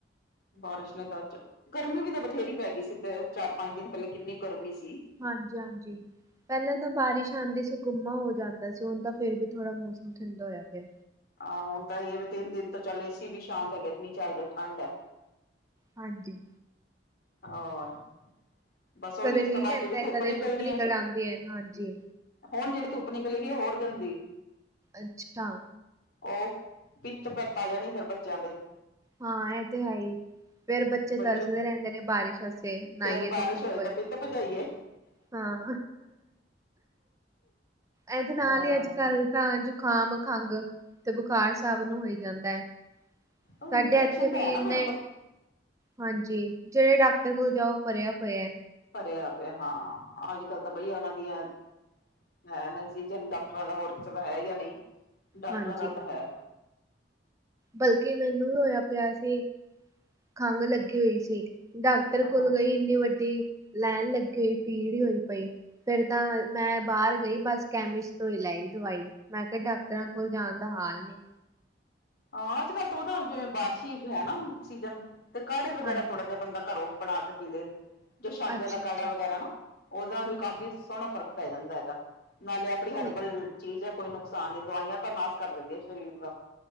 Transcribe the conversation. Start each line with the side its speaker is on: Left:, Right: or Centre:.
Left: ਬਾਰਿਸ਼ ਨੇ ਤਾਂ ਅੱਜ, ਗਰਮੀ ਵੀ ਤਾਂ ਬਥੇਰੀ ਪੈ ਗਈ ਸੀ ਤੇ ਚਾਰ, ਪੰਜ ਦਿਨ ਪਹਿਲੇ ਕਿੰਨੀ ਗਰਮੀ ਸੀ।
Right: ਹਾਂਜੀ ਹਾਂਜੀ। ਪਹਿਲਾਂ ਤਾਂ ਬਾਰਿਸ਼ ਆਉਂਦੀ ਸੀ ਗੁੰਮਾ ਹੋ ਜਾਂਦਾ ਸੀ ਹੁਣ ਤਾਂ ਫਿਰ ਵੀ ਥੋੜਾ ਮੌਸਮ ਠੰਢਾ ਹੋਇਆ ਪਿਆ।
Left: ਆਹ ਹੁਣ ਤਾਂਈ ਹੈ ਵੀ ਤਿੰਨ ਦਿਨ ਤੋਂ ਚੱਲ ਏਸੀ ਵੀ ਸ਼ਾਂਤ ਹੈਗੇ ਤੇ ਨਾ ਚੱਲ ਰਿਹਾ ਠੰਡ ਹੈ।
Right: ਹਾਂਜੀ।
Left: ਹੋਰ ਬਸ ਉਹੀ
Right: ਕਦੇ
Left: ਇਸ
Right: ਮੀਂਹ
Left: ਤੋਂ ਬਾਅਦ
Right: ਪੈਂਦਾ
Left: ਜਿਹੜੀ
Right: ਹੈ,
Left: ਧੁੱਪ
Right: ਕਦੇ
Left: ਨਿਕਰਨੀ ਹੈ।
Right: ਨਿਕਲ ਆਂਦੀ ਐ ਹਾਂਜੀ
Left: ਹੁਣ ਜਿਹੜੀ ਧੁੱਪ ਨਿਕਲੇ ਗਈ ਉਹ ਹੋਰ ਗੰਦੀ।
Right: ਅੱਛਾ।
Left: ਉਹ ਪਿੱਤ ਪਤਾ ਜਾਣੀ ਫਿਰ ਬੱਚਿਆਂ ਦੇ
Right: ਹਾਂ ਇਹ ਤੇ ਹੈ ਹੀ ਫੇਰ ਬੱਚੇ
Left: ਬੜੀ
Right: ਤਰਸਦੇ
Left: ਚੁ
Right: ਰਹਿੰਦੇ ਨੇ ਬਾਰਿਸ਼ ਵਾਸੇ ਨਾਈਏ
Left: ਫੇਰ ਬਾਰਿਸ਼
Right: ਤੇ ਠੀਕ ਹੋਏ।
Left: ਤਾਂ ਪਿੱਤ ਭਜਾਈਏ।
Right: ਹਾਂ ਇਹਦੇ ਨਾਲ
Left: ਹਾਂ
Right: ਹੀ ਅੱਜ ਕੱਲ ਤਾਂ ਜੋ ਖਾਮ ਖੰਘ ਤੇ ਬੁਖਾਰ ਸਬ ਨੂੰ ਹੋ ਈ ਜਾਂਦਾ ਹੈ।
Left: ਉਹ
Right: ਸਾਡੇ
Left: ਇਨਫੈਕਸ਼ਨ
Right: ਇੱਥੇ ਵੀ
Left: ਤਾਂ ਹੈ ਨਾ
Right: ਇੰਨੇ
Left: ਫੇਰ
Right: ਹਾਂਜੀ, ਜਿਹੜੇ ਡਾਕਟਰ ਕੋਲ ਜਾਓ ਭਰਿਆ ਪਯਾ
Left: ਭਰਿਆ ਪਿਆ ਹਾਂ, ਅੱਜ ਕੱਲ ਤਾਂ ਬਈ ਉਹਨਾਂ ਦੀਆਂ ਹੈ ਨਹੀਂ ਸੀ ਜੇ ਡਾਕਟਰਾਂ ਦਾ, ਹੋਰ ਕਿਸੇ ਦਾ ਹੈ ਜਾਂ ਨਹੀਂ, ਡਾਕਟਰਾਂ
Right: ਹਾਂਜੀ।
Left: ਦਾ ਤਾਂ ਹੈ।
Right: ਬਲਕਿ ਮੈਨੂੰ ਵੀ ਹੋਇਆ ਪਿਆ ਸੀ, ਖੰਘ ਲੱਗੀ ਹੋਈ ਸੀ। ਡਾਕਟਰ ਕੋਲ
Left: ਹਾਂ
Right: ਗਈ, ਇੰਨੀ ਵੱਡੀ ਲੈਣ ਲੱਗੀ ਹੋਈ, ਭੀੜ ਹੋਈ ਪਈ ਫੇਰ ਤਾਂ ਮੈਂ ਬਾਹਰ ਗਈ ਬਸ ਕੈਮਿਸਟ ਤੋਂ ਹੀ ਲੈਈ ਦਵਾਈ। ਮੈਂ ਕਿਹਾ ਡਾਕਟਰਾਂ ਕੋਲ ਜਾਣ ਦਾ ਹਾਲ ਨਹੀਂ
Left: ਹਾਂ ਅੱਜ ਕੱਲ੍ਹ ਤੋਂ ਨਾ ਜਿਵੇਂ ਬਾਰਸ਼ੀ ਹੈ ਨਾ ਸੀਜਨ ਤੇ ਕਾੜੇ ਵਗੈਰਾ
Right: ਹਾਂਜੀ
Left: ਥੋੜਾ ਜਿਹਾ ਬੰਦਾ ਘਰੋਂ ਬਣਾ ਕੇ ਪੀ ਲਏ ਜੋਛਾਂਦੇ
Right: ਅੱਛਾ
Left: ਦਾ
Right: ਅੱਛਾ
Left: ਕਾੜਾ ਵਗੈਰਾ ਨਾ। ਉਹਦੇ ਨਾਲ ਵੀ ਕਾਫ਼ੀ ਸੋਹਣਾ ਫ਼ਰਕ ਪੈ ਜਾਂਦਾ ਹੈਗਾ, ਨਾਲੇ ਆਪਣੀ ਹਰਬਲ
Right: ਤੇ
Left: ਚੀਜ਼ ਹੈ ਕੋਈ ਨੁਕਸਾਨ ਨੁਕਸਾਨ ਨਈ। ਦਵਾਈਆਂ ਤਾਂ ਨਾਸ ਕਰ ਦੇੰਦਿਆ ਸਰੀਰ ਦਾ।